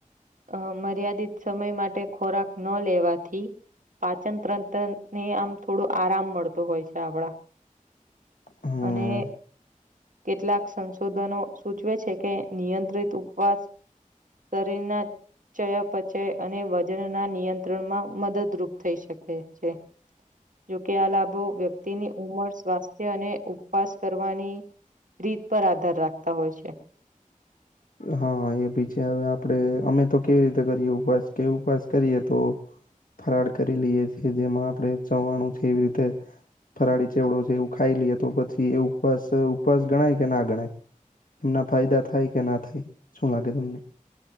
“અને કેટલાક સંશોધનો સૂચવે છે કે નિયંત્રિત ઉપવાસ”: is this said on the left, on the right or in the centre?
Right